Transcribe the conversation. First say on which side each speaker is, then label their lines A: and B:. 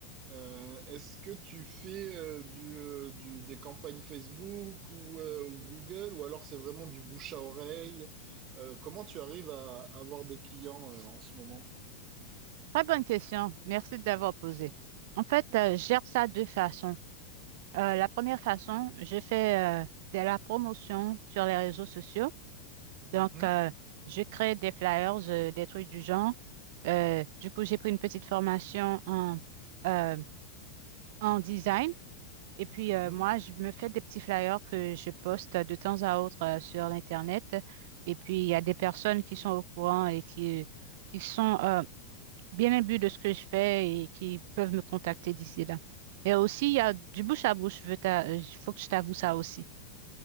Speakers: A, on the right; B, on the right.
A: Euh, est-ce que tu fais euh, du, euh, du- des campagnes Facebook ou, euh, ou Google ou alors c'est vraiment du bouche à oreille? Euh, comment tu arrives à, avoir des clients euh, en ce moment?
B: Très bonne question. Merci d'avoir posé. En fait, euh, je gère ça de deux façons. Euh, la première façon, je fais euh, de la promotion sur les réseaux sociaux. Donc,
A: Mhm,
B: euh, je crée des flyers, euh, des trucs du genre. Euh, du coup, j'ai pris une petite formation en, euh, en design. Et puis,
A: mhm.
B: euh, moi, je me fais des petits flyers que je poste de temps à autre euh, sur l'Internet. Et puis, il y a des personnes qui sont au courant et qui, qui sont euh, bien imbues de ce que je fais et qui peuvent me contacter d'ici là. Et aussi, il y a du bouche à bouche. Je veux t'a- euh, Il faut que je t'avoue ça aussi.